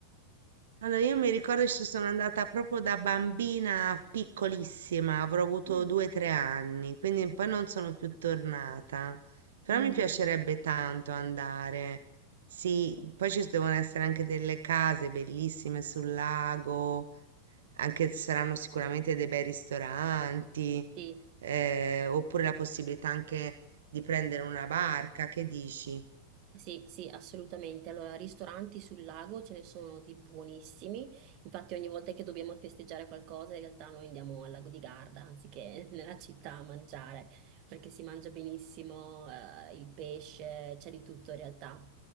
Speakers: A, on the right; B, on the right.
A: Allora, io mi ricordo che ci sono andata proprio da bambina piccolissima, avrò avuto
B: Mm.
A: due o tre anni, quindi poi non sono più tornata. Però
B: Mm,
A: mi piacerebbe tanto andare. Sì, poi ci devono essere anche delle case bellissime sul lago, anche ci saranno sicuramente dei bei ristoranti,
B: Sì.
A: eh, oppure la possibilità anche di prendere una barca, che dici?
B: Sì, sì, assolutamente. Allora, ristoranti sul lago ce ne sono di buonissimi. Infatti, ogni volta che dobbiamo festeggiare qualcosa, in realtà noi andiamo al lago di Garda anziché <laughs> nella città a mangiare, perché si mangia benissimo, eh, il pesce, c'è di tutto in realtà.